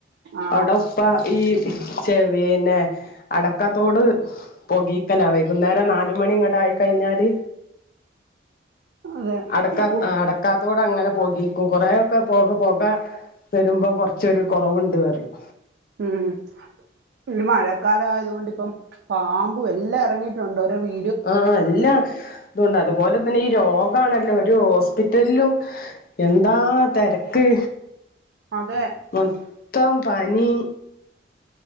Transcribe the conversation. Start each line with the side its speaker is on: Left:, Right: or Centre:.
Right: ആ
Left: അവ്ടെ ഉപ്പാ ഈ ചെ പിന്നെ അടക്കാത്തോട് പൊകീക്കലാ. വൈകുന്നേരം നാലുമണിങ്ങട്ടായിക്കഴിഞ്ഞാല്
Right: അതെ
Left: അടക്കാ
Right: കു-
Left: അടക്കാത്തോടങ്ങനെ പൊകീക്കും. കുറേക്കെ പൊക, പൊക വരുമ്പം കൊർച്ചൊരു കൊറവ്ണ്ട് റിയും.
Right: ഉം പ്പ ഈ മഴക്കാലായത്കൊണ്ട് പ്പം പാമ്പും എല്ലാ എറങ്ങിയിട്ടുണ്ട്. ഒര് വീ
Left: ആഹ്. എല്ലാ തുവൊണ്ടാ. അതുപോലെ തന്നെ ഈ രോഗണല്ലോ ഒര് ഹോസ്പിറ്റൽലും എന്താ തെരക്ക്.
Right: അതെ.
Left: മൊത്തം പനി